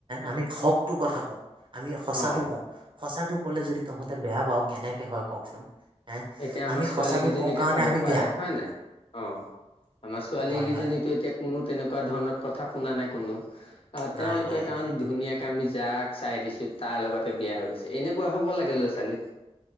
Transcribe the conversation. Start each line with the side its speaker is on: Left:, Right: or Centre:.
Right: আমি ভকটোৰ কথা কওঁ আমি সঁচাটো
Left: অ',
Right: কওঁ সঁচাটো কলে যদি তহঁতে বেয়া পাওঁ কেনেকে হয় কওকচোন হে
Left: এতিয়া আমাৰ
Right: আমি
Left: ছোৱালী
Right: সঁচাটো
Left: কেইজনীকে
Right: কওঁ কাৰণে
Left: চাব
Right: আমি
Left: পাৰে
Right: বেয়া
Left: হয়ে নাই অ আমাৰ ছোৱালী
Right: হয়
Left: কেইজনীটো
Right: হয়
Left: এতিয়া কোনো তেনেকুৱা ধৰণৰ কথা শুনা নাই কোনো আহ
Right: নাই
Left: তেওঁলোকে
Right: নাই
Left: কাৰণ
Right: নাই নাই।
Left: ধুনীয়াকে আমি যাক চাই দিছো তাৰ লগতে বিয়া হৈ গৈছে এনেকুৱা হ'ব লাগে ল'ৰা ছোৱালী